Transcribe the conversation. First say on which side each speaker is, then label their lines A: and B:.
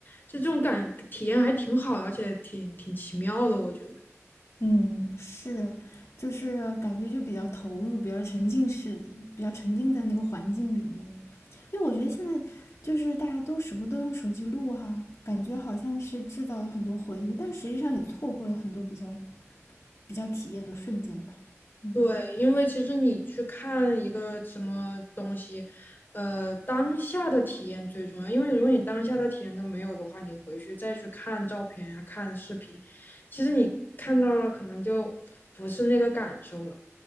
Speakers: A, on the left; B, on the left.
A: 就这种感体验还挺好的，而且挺挺奇妙的，我觉得。
B: 嗯，是，就是感觉就比较投入，比较沉浸式，比较沉浸在那个环境里面。因为我觉得现在就是大家都什么都用手机录哈，感觉好像是制造了很多回忆，但实际上也错过了很多比较比较体验的瞬间吧。嗯
A: 对，因为其实你去看一个什么东西，呃，当下的体验最重要。因为如果你当下的体验都没有的话，你回去再去看照片呀、看视频，其实你看到了可能就不是那个感受了。